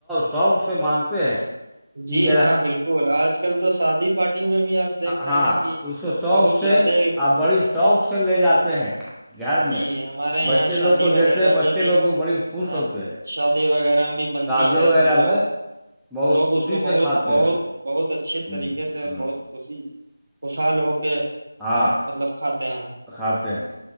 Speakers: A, in the centre; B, on the right.
A: شوق سے مانتے ہیں کہ
B: جی
A: ذرا
B: ہاں بالکل آج کل تو شادی پارٹی میں بھی آپ دیکھ رہے
A: ہاں
B: ہیں کہ
A: اس کو شوق
B: بہت زیادہ
A: سے آپ بڑی شوق سے لے جاتے ہیں بہار
B: جی
A: میں
B: ہمارے یہاں
A: بچے
B: شادی
A: لوگ کو
B: وغیرہ
A: دیتے ہیں بچے
B: میں
A: لوگ بھی بڑی خوش
B: ہاں
A: ہوتے ہیں
B: شادی وغیرہ بھی بنتی
A: تازے
B: ہے
A: وغیرہ
B: تو لوگ
A: میں بہت
B: لوگ
A: خوشی
B: اس کو بہت
A: سے کھاتے
B: بہت
A: ہیں لوگ
B: بہت اچھے طریقے
A: ہوں
B: سے اور
A: ہوں
B: بہت ک خوشحال ہو کے
A: ہاں
B: مطلب کھاتے ہیں
A: کھاتے ہیں